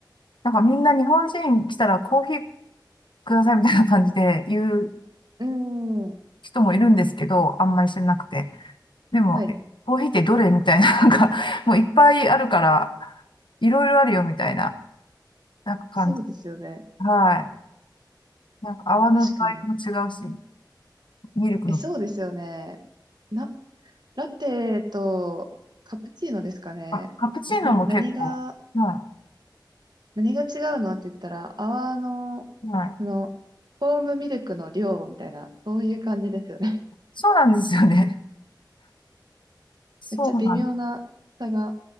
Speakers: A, on the left; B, on the right.
A: なんかみんな日本人来たらコーヒーくださいみたいな感じで言う
B: うん。
A: 人もいるんですけど、あんまり知らなくて。でも、
B: はい。
A: えコーヒーってどれみたいな、<laughs> なんか、もういっぱいあるから、いろいろあるよみたいな、なんか感じ。
B: そうですよね。
A: はい。なんか泡の具合も違うし、
B: 確かに。
A: ミルクの、
B: え、そうですよね。な、ラテとカプチーノですかね。
A: あ、カプチーノも結構、
B: 何、何が
A: は
B: 何が違うのって言ったら、泡の、
A: い、はい。
B: その、フォームミルクの量みたいな、そういう感じですよね。
A: そうなんですよね。<laughs>
B: <laughs>
A: そうなんです。
B: めっちゃ微妙な差が